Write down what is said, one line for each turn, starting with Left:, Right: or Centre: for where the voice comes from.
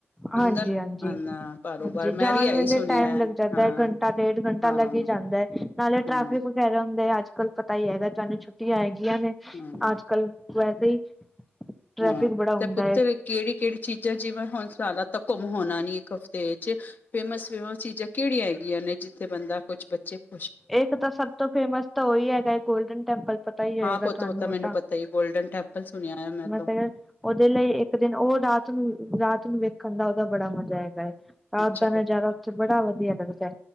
Left: ਅੰਦਰ
Centre: ਹਾਂਜੀ-ਹਾਂਜੀ-ਹਾਂਜੀ
Left: ਆਨਾ ਪਾਰੋਬਾਰ
Centre: ਜਾਣ
Left: ਮੈਂ ਵੀ ਇਹੀ
Centre: ਵੇਲੇ
Left: ਸੁਣਿਆ
Centre: ਟਾਈਮ
Left: ਹੈ
Centre: ਲੱਗ ਜਾਂਦਾ
Left: ਹਾਂ,
Centre: ਘੰਟਾ- ਡੇਢ ਘੰਟਾ
Left: ਹਾਂ।
Centre: ਲੱਗ ਹੀ ਜਾਂਦਾ। ਨਾਲੇ
Left: ਹਾਂ,
Centre: ਟ੍ਰੈਫਿਕ ਵਗੈਰਾ ਹੁੰਦਾ ਅੱਜ-ਕੱਲ੍ਹ ਪਤਾ ਹੀ ਹੈਗਾ ਚੇ ਛੁੱਟੀਆਂ ਹੈਗੀਆਂ ਨੇ
Left: ਹਾਂ,
Centre: ਅੱਜ-ਕੱਲ੍ਹ ਵੈਸੇ ਵੀ ਉੱਥੇ ਟ੍ਰੈਫਿਕ
Left: ਹਾਂ
Centre: ਬਹੁਤ
Left: ਤੇ
Centre: ਹੁੰਦਾ
Left: ਪੁੱਤਰ
Centre: ਏ।
Left: ਕਿਹੜੀ-ਕਿਹੜੀ ਚੀਜ਼ਾਂ ਜਿਵੇਂ ਹੁਣ ਸਾਰਾ ਤੇ ਘੁੰਮ ਹੋਣਾ ਨੀ ਇੱਕ ਹਫ਼ਤੇ ਚ ਉੱਥੇ ਕਿਹੜੀਆਂ-ਕਿਹੜੀਆਂ ਮਸ਼ਹੂਰ ਥਾਵਾਂ ਹਨ, ਜਿੱਥੇ ਬੰਦਾ ਬੱਚਿਆਂ ਨੂੰ ਘੁਮਾਉਣ ਲਈ ਲੈ ਜਾ ਸਕਦਾ ਹੈ?
Centre: ਇਕ ਤਾਂ ਸਭ ਤੋਂ ਫੇਮਸ ਤਾਂ ਉਹੀ ਹੈਗਾ ਹੈ ਗੋਲਡਨ ਟੈਂਪਲ ਪਤਾ ਹੀ ਹੋਏਗਾ
Left: ਹਾਂ ਪੁੱਤ
Centre: ਤੁਹਾਨੂੰ।
Left: ਉਹ ਤਾਂ ਮੈਨੂੰ
Centre: ਉਹ
Left: ਪਤਾ ਈ ਏ ਗੋਲਡਨ ਟੈਂਪਲ ਸੁਣਿਆ ਮੈਂ ਤਾਂ
Centre: ਉਸ ਲਈ ਇੱਕ ਦਿਨ ਉਹ ਰਾਤ ਨੂੰ-ਰਾਤ ਨੂੰ ਵੇਖਣ ਦਾ ਉਹਦਾ ਬੜਾ ਮਜ਼ਾ ਹੈਗਾ ਏ। ਰਾਤ
Left: ਅੱਛਾ
Centre: ਦਾ ਨਜ਼ਾਰਾ
Left: ਪੁੱਤ
Centre: ਉੱਥੇ ਬੜਾ ਵਧੀਆ ਲੱਗਦਾ